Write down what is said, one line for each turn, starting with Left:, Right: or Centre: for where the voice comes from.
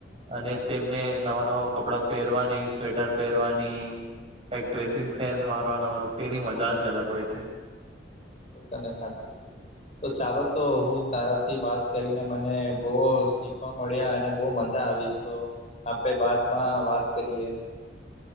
Right: અને તેમને નવા નવા કપડાં પહેરવાની સ્વેટર પહેરવાની. કંઈક ડ્રેસિંગ સેન્સ મારવાનો હોય તેની મજા જ અલગ હોય છે.
Left: બિલકુલ તને સાચું કીધું. તો ચાલો તો હું તારાથી વાત કરીને મને બહ. મળ્યા અને બહુ મજા આવીશ તો આપડે બાદમાં વાત કરીએ.